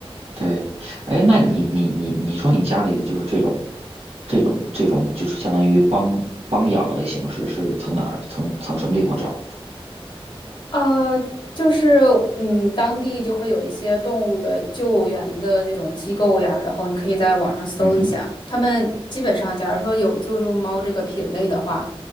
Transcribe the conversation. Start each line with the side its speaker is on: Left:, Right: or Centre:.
Right: 对，哎，那你你你你说你家里就是这种，这种这种就是相当于帮帮养的形式是从哪儿从从什么地方找？
Left: 呃，就是嗯，当地就会有一些动物的救援的那种机构呀，然后你可以在网上搜一下，
Right: 嗯哼，
Left: 他们基本上，假如说有救助猫这个品类的话，